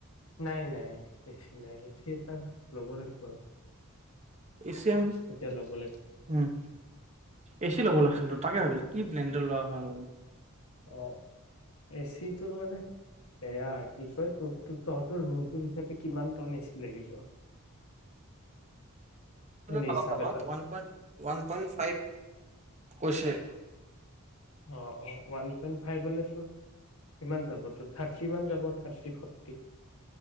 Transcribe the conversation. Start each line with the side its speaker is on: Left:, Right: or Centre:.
Left: নাই, নাই। বেছি নাই বেছিটা ল'ব লাগে
Right: এ চিম,
Left: তেতিয়া ল'ব লাগিব
Right: উম। এচি ল'ব লাগিছিল, ত তাকে ভাবিছ কি ব্ৰেণ্ডৰ লোৱা হয়?
Left: অ! এচি তোৰ মানে? এয়া, কি কয় তোৰ তহঁতৰ ৰুমটো হিচাপে কিমান টন এচি লাগিব? এনে
Right: কাবাক
Left: হিচাপ
Right: কাবাক।
Left: এটা
Right: One point, one point five. কৈছে?
Left: অ', অ। ৱান? ওৱান ভাই বলে ত কিমান যাব? ত, থাৰ্টি মান যাব থাৰ্টি ফৰ্টি?